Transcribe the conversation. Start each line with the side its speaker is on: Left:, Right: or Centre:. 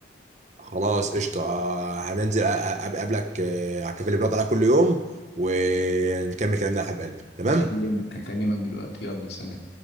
Right: خلاص قشطه آه، هننزل أ- أ- اقابلك آه، على الكافيه اللي بنقعد عليها كل يوم ونكمل كلامنا يا حبيب قلبي تمام
Left: هكلمك هكلمك دلوقتي يلا سلام